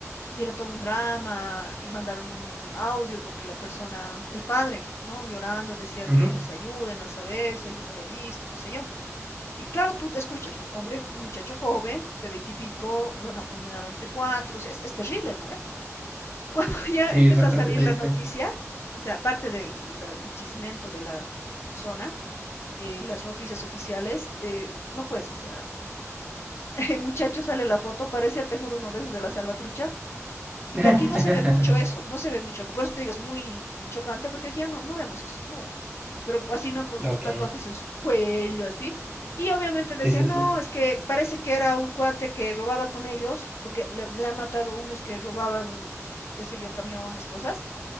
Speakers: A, on the left; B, on the right.
A: Y era todo un drama, y mandaron un audio porque la persona, el padre, ¿no? Llorando, decía
B: ujú.
A: que les ayuden a saber si alguien había visto, qué sé yo. Y claro, tú te escuchas, ¿no? Hombre, un muchacho joven, de veintipico, lo han apuñalado entre cuatro, o sea, es, es terrible, ¿no? ve? <laughs> Eh? Cuando ya
B: Sí,
A: empezó
B: es bastante
A: a salir
B: triste.
A: la noticia, o sea, aparte del el chismento de la zona, eh, las noticias oficiales, eh, no pues, o sea, <laughs> el muchacho sale la foto, parecía, te juro, uno de esos de la salvatrucha, y
B: <laughs>
A: que aquí no se ve mucho eso, no se ve mucho. acá Por eso te digo, es muy chocante porque aquí ya no, no vemos eso, no vemos. Pero así no con sus
B: Ok.
A: tatuajes en su cuello, así. Y obviamente decía,
B: Sí, sí,
A: no,
B: sí.
A: es que parece que era un cuate que robaba con ellos, porque le, le han matado unos que robaban, qué sé yo, camiones, cosas,